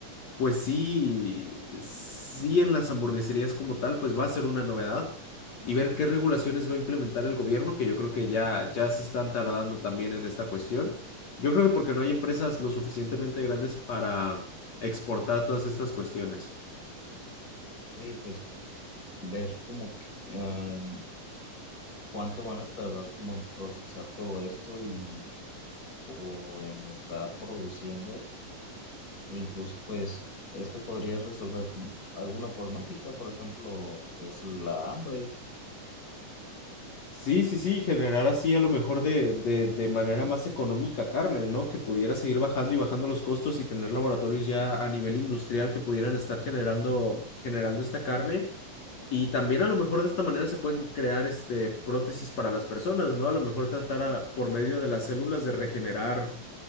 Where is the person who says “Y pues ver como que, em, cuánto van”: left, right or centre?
Left